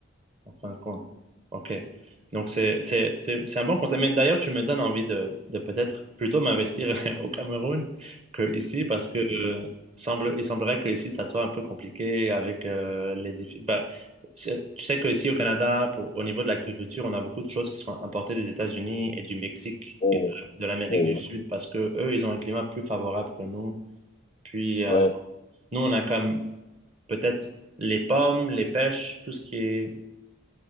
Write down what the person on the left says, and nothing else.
Oh,
oh,
ouais,